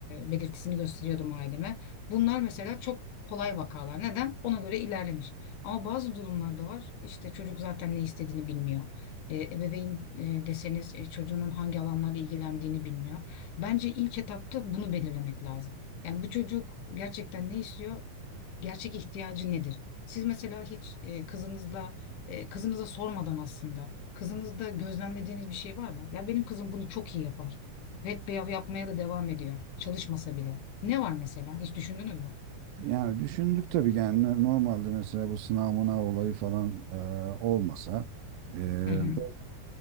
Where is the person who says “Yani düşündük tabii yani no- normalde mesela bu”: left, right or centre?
Right